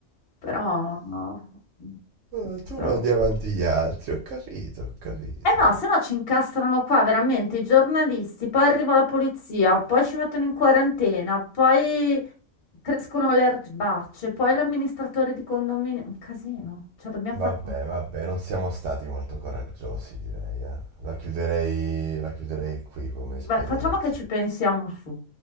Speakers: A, on the left (about 50°); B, on the right (about 70°).
A: però no, non
B: Eh,
A: so.
B: Tu mandi avanti gli altri, ho capito, ho capito.
A: Eh no, se no ci incastrano qua veramente i giornalisti, poi arriva la polizia, poi ci mettono in quarantena, poi crescono le erbacce, poi l'amministratore di condominio. Un casino. Cioè, dobbiamo
B: Vabbè,
A: far... co-
B: vabbè, non siamo stati molto coraggiosi, direi, eh. La chiuderei, la chiuderei qui come esperienza.
A: Beh, facciamo che ci pensiamo su.